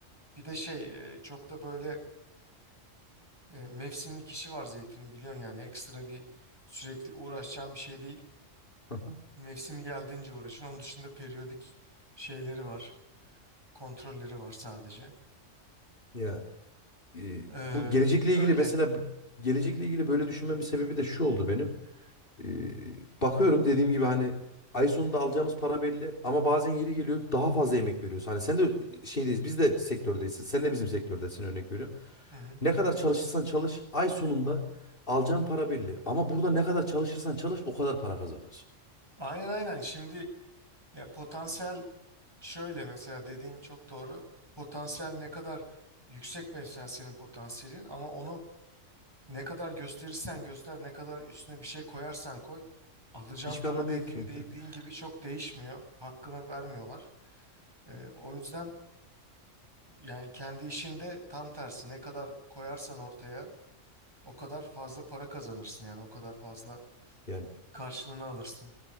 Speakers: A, on the right (about 20°); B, on the left (about 45°).
A: Bir de şey e, çok da böyle E, mevsimlik işi var zeytinin biliyorsun yani ekstra bir sürekli uğraşacağın bir şey değil.
B: Hı hı.
A: Mevsimi geldiğince uğraşın. Onun dışında periyodik şeyleri var. Kontrolleri var sadece.
B: Ya e,
A: Ee,
B: bu gelecekle
A: öyle.
B: ilgili mesela b- gelecekle ilgili böyle düşünmemin sebebi de şu oldu benim. E, bakıyorum dediğim gibi hani ay sonunda alacağımız para belli ama bazen yeri geliyor daha fazla emek veriyoruz. Hani sen de şeydeyiz biz de sektördeyiz. Sen de bizim sektördesin örnek veriyorum.
A: Hı hı.
B: Ne kadar çalışırsan çalış ay sonunda alacağın para belli. Ama burada ne kadar çalışırsan çalış o kadar para kazanıyorsun.
A: Aynen aynen. Şimdi ya potansiyel şöyle mesela dediğin çok doğru. Potansiyel ne kadar yüksek mesela senin potansiyelin ama onu ne kadar gösterirsen göster, ne kadar üstüne bir şey koyarsan koy, alacağın
B: Hiçbir
A: para
B: anlamı
A: dediğin
B: yok ki.
A: dediğin
B: <laughs>
A: gibi çok değişmiyor. Hakkını vermiyorlar. Ee, o yüzden yani kendi işinde tam tersi ne kadar koyarsan ortaya o kadar fazla para kazanırsın yani o kadar fazla
B: Yani
A: karşılığını alırsın.